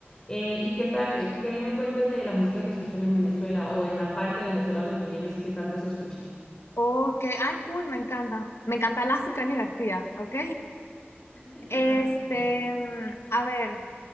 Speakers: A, on the left; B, on the left.
A: Eh, ¿y qué tal, qué me cuentas de la música que escuchan en Venezuela o en la parte de Venezuela donde tú vienes, qué tanto se escucha?
B: O que, ay, cool, me encanta. Me encanta Lázaro y Cani García, ¿ok?
A: <laughs>
B: Este,
A: Perfecto.
B: mm, a ver,